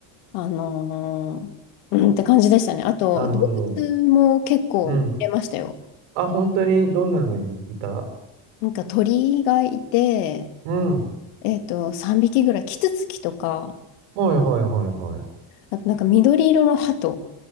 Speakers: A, on the left; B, on the right.
A: あのーうんって感じでしたね。あと動物も結構見れましたよ。
B: なるほど。うん。あ、本当にどんなのいいた
A: なんか鳥がいて、
B: うん。
A: えっと、3匹ぐらいキツツキとか
B: はいはいはいはい。
A: あとなんか緑色の鳩